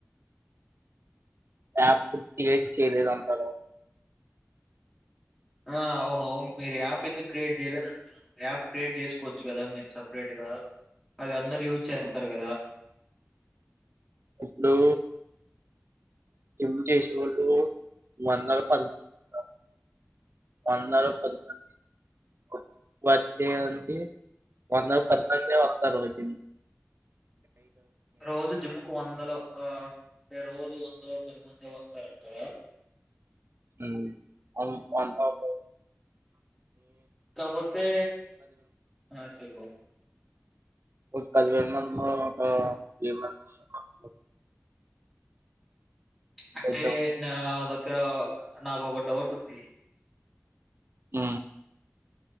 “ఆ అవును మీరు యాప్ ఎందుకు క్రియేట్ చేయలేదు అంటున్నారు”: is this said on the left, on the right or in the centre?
Centre